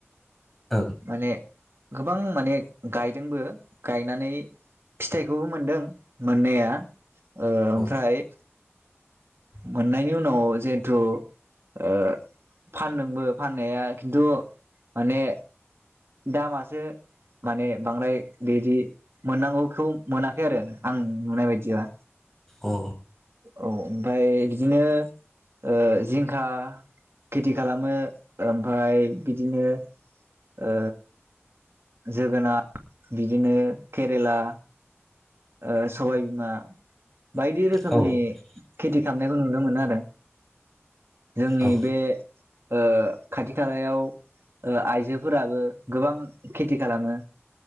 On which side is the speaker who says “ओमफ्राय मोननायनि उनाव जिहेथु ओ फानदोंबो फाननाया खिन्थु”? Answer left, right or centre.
Right